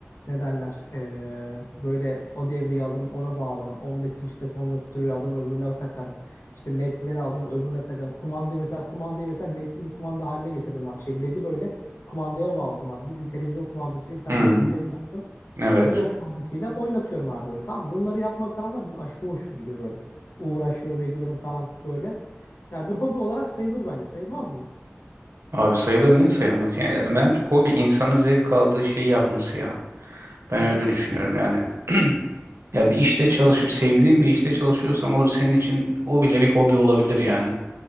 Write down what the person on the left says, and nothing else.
Ne derler? Ee, böyle o devreyi alırım, ona bağlarım. Ondaki işte kondansatörü alırım, öbürüne takarım. İşte ledleri alırım, öbürüne takarım. Kumandayı mesela kumandayı mesela ledli bir kumanda haline getirdim abi. Şey ledi böyle kumandaya bağladım abi. Bildiğin televizyon kumandasıyla bir tane
led
sistemi yaptım.
Televizyon kumandasıyla oynatıyorum abi böyle. Tamam mı? Bunları yapmak falan var. benim Aşırı hoşuma gidiyor böyle. Uğraşıyorum ediyorum falan böyle. Ya bir hobi olarak sayılır bence. Sayılmaz mı?
Hı hı.